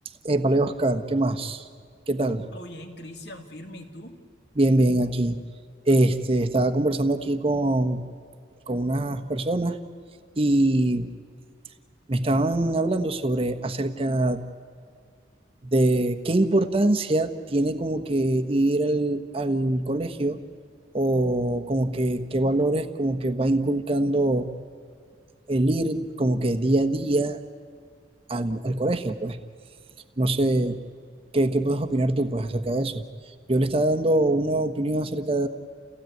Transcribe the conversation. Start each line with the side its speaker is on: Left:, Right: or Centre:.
Right: Épale, Oscar, ¿qué más? ¿Qué tal?
Left: Todo bien, Cristian, firme, ¿y tú?
Right: Bien, bien, aquí. Este, estaba conversando aquí con, con unas personas y me estaban hablando sobre acerca de qué importancia tiene como que ir al, al colegio o como que qué valores como que va inculcando el ir como que día a día al, al colegio, pues. No sé, ¿qué, qué puedes opinar tú, pues, acerca de eso? Yo le estaba dando una opinión acerca